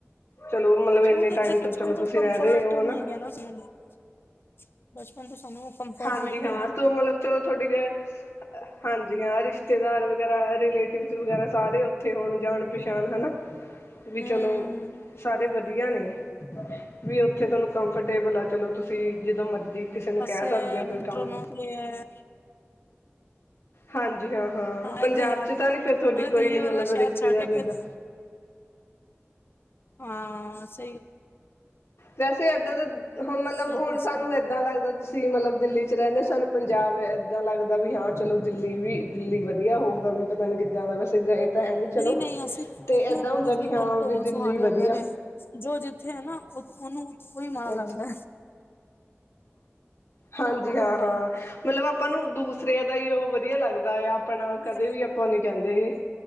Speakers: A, on the left; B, on the left.
A: ਚਲੋ, ਮਤਲਬ ਐਨੇ
B: ਉਹ ਤਾਂ
A: ਟਾਈਮ
B: ਜੇ
A: ਤੋਂ
B: ਬਚਪਨ
A: ਚਲੋ ਤੁਸੀਂ
B: ਕੰਫਰਟ
A: ਰਹਿ ਰਹੇ ਓ ਨਾ
B: <unintelligible> ਬਚਪਨ ਤੋਂ ਸਾਨੂੰ ਕੰਫਰਟ
A: ਹਾਂਜੀ
B: ਮਿਲ ਗਿਆ
A: ਹਾਂ,
B: ਨਾ
A: ਤੂੰ ਮਤਲਬ ਚਲੋ ਤੁਹਾਡੀ ਕਹਿ ਹਾਂਜੀ ਹਾਂ, ਰਿਸ਼ਤੇਦਾਰ ਵਗੈਰਾ ਰਿਲੇਟਿਵਸ ਵਗੈਰਾ ਸਾਰੇ ਉੱਥੇ ਹੋਣ, ਜਾਣ ਪਛਾਣ ਹਨਾ ਵੀ
B: ਹੂੰ
A: ਚਲੋ, ਸਾਰੇ ਵਧੀਆ ਨੇ ਵੀ ਉੱਥੇ ਤੁਹਾਨੂੰ ਕੰਫਰਟੇਬਲ ਆ ਚਲੋ ਤੁਸੀਂ, ਜਦੋਂ ਮਰਜ਼ੀ ਕਿਸੇ ਨੂੰ ਕਹਿ
B: ਤੇ,
A: ਸਕਦੇ ਹੋ
B: ਮੈਟਰੋ
A: ਕੋਈ ਕੰਮ
B: ਨੋਲ ਲਿਆ
A: ਹਾਂਜੀ ਹਾਂ- ਹਾਂ, ਪੰਜਾਬ
B: ਇਹ ਤੇ ਹੈ
A: 'ਚ ਤਾਂ
B: ਨਾਲੇ
A: ਨੀ ਫੇਰ ਤੁਹਾਡੀ
B: ਦਿੱਲੀ
A: ਕੋਈ
B: ਵਰਗਾ
A: ਮਤਲਬ
B: ਸ਼ਹਿਰ
A: ਰਿਸ਼ਤੇਦਾਰੀ
B: ਛੱਡ ਕੇ ਫਿਰ
A: ਐਦਾਂ
B: ਹਾਂਸ
A: ਵੈਸੇ ਐਦਾਂ ਦਾ, ਹੁਣ ਮਤਲਬ
B: ਬਿਲਕੁਲ
A: ਹੁਣ ਸਾਨੂੰ
B: ਸਹੀ
A: ਐਦ ਐਦਾਂ ਲੱਗਦਾ ਤੁਸੀਂ ਮਤਲਬ ਦਿੱਲੀ 'ਚ ਰਹਿੰਦੇ, ਸਾਨੂੰ ਪੰਜਾਬ ਐਦਾਂ ਲੱਗਦਾ ਵੀ ਹਾਂ ਚਲੋ ਦਿੱਲੀ ਵੀ ਦਿੱਲੀ ਵਧੀਆ ਹੋਊਗਾ ਵੀ ਪਤਾ ਨਹੀਂ ਕਿੱਦਾਂ ਦਾ ਵੈਸੇ ਗਏ ਤਾਂ ਹੈ ਨੀ ਚਲੋ
B: ਨਹੀਂ- ਨਹੀਂ ਅਸੀਂ
A: ਤੇ
B: ਫਿਰ
A: ਏਦਾਂ ਹੁੰਦਾ
B: ਦੂਰ ਦ
A: ਵੀ ਹਾਂ
B: ਦੂਰ ਢੋਲ
A: ਵੀ ਦਿੱਲੀ
B: ਸੁਹਾਨੇ
A: ਵਧੀਆ
B: ਹੁੰਦੇ ਨੇ ਜੋ ਜਿੱਥੇ ਐ ਨਾ, ਉਹਨੂੰ ਉਹੀ ਮਾੜਾ ਲੱਗਦਾ
A: ਅੱਛਾ ਹਾਂਜੀ ਹਾਂ- ਹਾਂ, ਮਤਲਬ ਆਪਾਂ ਨੂੰ ਦੂਸਰਿਆਂ ਦਾ ਹੀ ਓ ਵਧੀਆ ਲੱਗਦਾ ਆ ਆਪਣਾ ਕਦੇ
B: ਹੈ
A: ਵੀ ਆਪਾਂ ਨੀ ਕਹਿੰਦੇ ਕੀ,